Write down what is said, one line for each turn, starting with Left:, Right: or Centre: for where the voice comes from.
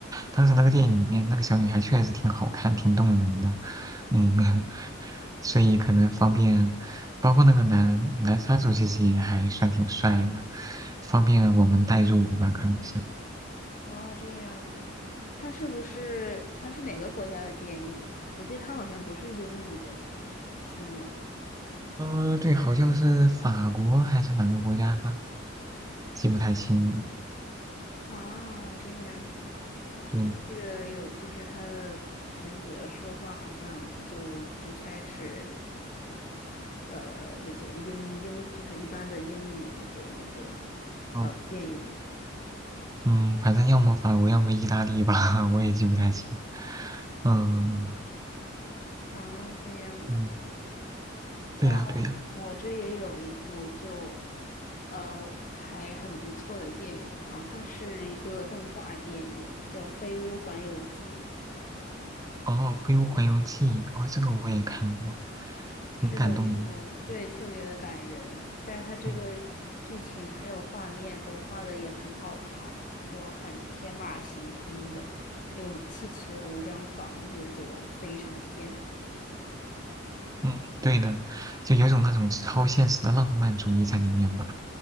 Right: 当时那个电影里面那个小女孩确实挺好看，挺动人的，嗯，<laughs> 所以可能方便，包括那个男男杀手其实也还算挺帅的，方便我们代入吧，可能是。
Left: 哦，这样子，他是不是他是哪个国家的电影啊？我记得他好像不是英语的，是吗？
Right: 呃，对，好像是法国还是哪个国家的，记不太清了。
Left: 啊，这样子，
Right: 对，
Left: 我记得有，就是他的那个说话好像就不太是呃那种英英，就是一般的英语那个那个
Right: 哦，
Left: 呃电影
Right: 嗯，反正要么法国，要么意大利吧，<laughs> 我也记不太清。嗯
Left: 啊，这样子。
Right: 嗯，对呀对呀，
Left: 那我这也有一部就，呃，还很不错的电影，然后它是一个动画电影，叫《飞屋环游记》。
Right: 哦，《飞屋环游记》，哦，这个我也看过，挺感动人的嗯
Left: 是的，是的，对，特别的感人，但是它这个剧情还有画面都画的也很好看，
Right: 嗯，
Left: 就很天马行空的，用气球将房子就飞上天。
Right: 嗯对的，就有种那种超现实的浪漫主义在里面吧。